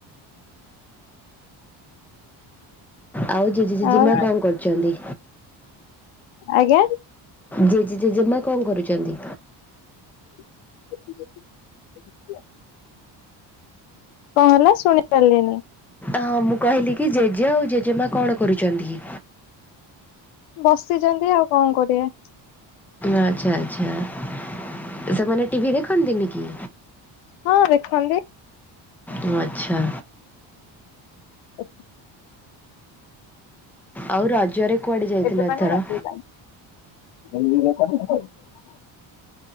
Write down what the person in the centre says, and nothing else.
ଆଉ ଜେଜେ ଜେଜେମା
କଣ କରୁଛନ୍ତି
ଜେ ଜେ ଜେ ଜେମା କଣ କରୁଛନ୍ତି?
ହଁ ମୁଁ କହିଲି କି ଜେଜେ ଆଉ ଜେଜେମା କଣ କରୁଛନ୍ତି?
ଆଚ୍ଛା ଆଚ୍ଛା ସେମାନେ ଟିଭି ଦେଖନ୍ତିନି କିି?
ଓ ଆଚ୍ଛା।
ଆଉ ରଜରେ କୁଆଡ଼େ ଯାଇଥିଲ
ଏଥର?